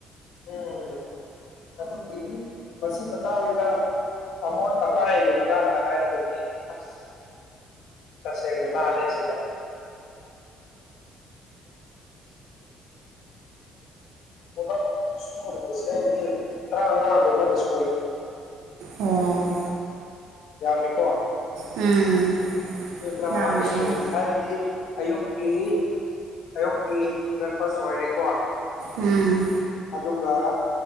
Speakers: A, on the left; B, on the right.
A: ꯎꯝ ꯑꯗꯨ ꯄꯤꯗꯤ ꯃꯁꯤ ꯃꯇꯥꯡꯗ ꯑꯁ ꯑꯃꯣꯠ ꯑꯀꯥꯏꯒꯤ ꯃꯇꯥꯡꯗ ꯍꯥꯏꯔꯒꯗꯤ ꯑꯁ ꯇꯁꯦꯡꯅ ꯅꯥꯜꯂꯦ ꯁꯤꯗ ꯄꯨꯂꯞ ꯁꯨꯔꯤꯕꯁꯦ ꯃꯤ ꯇꯔꯥꯃꯉꯥꯒꯨꯝꯕꯅ ꯁꯨꯏ
B: ꯑꯣ
A: ꯌꯝꯃꯤꯀꯣ
B: ꯎꯝ
A: ꯃꯤ ꯇꯔꯥ
B: ꯌꯥꯝꯃꯦ
A: ꯃꯉꯥꯅꯥ ꯁꯨꯔꯤꯅꯤ ꯍꯥꯏꯥꯕꯗꯤ__ ꯑꯌꯨꯛꯀꯤ ꯑꯌꯨꯛꯀꯤ ꯕ꯭ꯔꯦꯛꯐꯥꯁ ꯑꯣꯏꯔꯦꯀꯣ
B: ꯎꯝ
A: ꯑꯗꯨꯒ